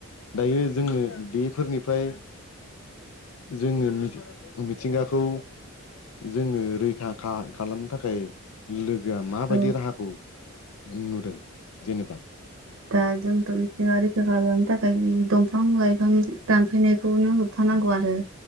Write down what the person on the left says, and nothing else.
दायो जोंनो बेफोरनिफ्राय जोङो मिथिंगाखौ जोङो रैखा खालामनो थाखाय लोगो माबायदि
राहाखौ नुदों जेनेबा